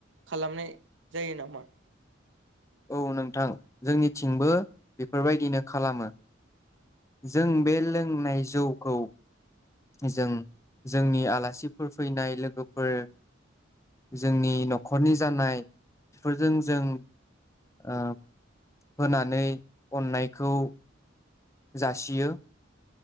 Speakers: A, on the right; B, on the left.
A: खालामनाय जायो नामा?
B: औ नोंथां जोंनिथिंबो बे फोरबायदिनो खालामो। जों बे लोंनाय जौखौ जों जोंनि आलासिफोर फैनाय लोगोफोर जोंनि नखरनि जानाय बेफोरजों जों ओ होनानै अननायखौ जासियो।